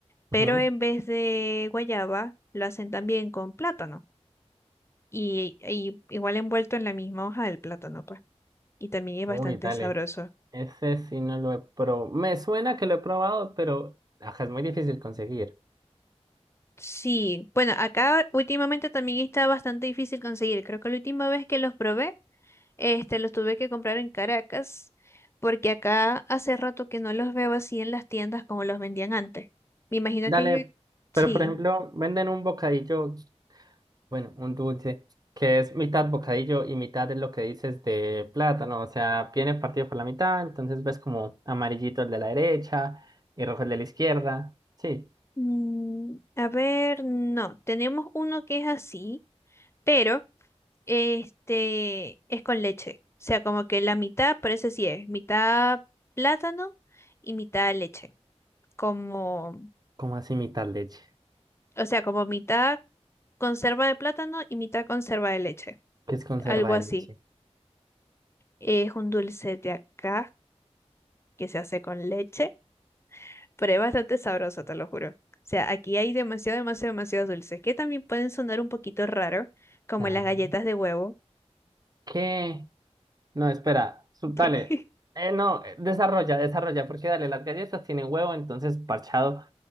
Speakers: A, on the left (about 25°); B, on the right (about 35°).
A: Pero
B: Ujú.
A: en vez de guayaba, lo hacen también con plátano. Y, y igual envuelto en la misma hoja del plátano, pues. Y también es bastante
B: Uy, dale.
A: sabroso.
B: Ese sí no lo he probado. Me suena que lo he probado, pero ajá, es muy difícil conseguir.
A: Sí, bueno, acá últimamente también está bastante difícil conseguir. Creo que la última vez que los probé, este, los tuve que comprar en Caracas, porque acá hace rato que no los veo así en las tiendas como los vendían antes. Me imagino
B: Dale,
A: que sí.
B: pero por ejemplo, venden un bocadillo, bueno, un dulce, que es mitad bocadillo y mitad es lo que dices de plátano. O sea, viene partido por la mitad, entonces ves como amarillito el de la derecha y rojo el de la izquierda. Sí,
A: Mm, a ver, no, tenemos uno que es así, pero este es con leche. O sea, como que la mitad parece sí es, mitad plátano y mitad leche. Como
B: como así mitad leche,
A: O sea, como mitad conserva de plátano y mitad conserva de leche.
B: que es conserva
A: Algo
B: de
A: así.
B: leche.
A: Es un dulce de acá que se hace con leche, pero es bastante sabroso, te lo juro. O sea, aquí hay demasiado, demasiado, demasiados dulces que también pueden sonar un poquito raro, como
B: Dale.
A: las galletas de huevo.
B: ¿Qué? No, espera, sub-
A: <laughs>
B: dale. Eh, no, eh, desarrolla, desarrolla, porque dale, las galletas tienen huevo, entonces parchado,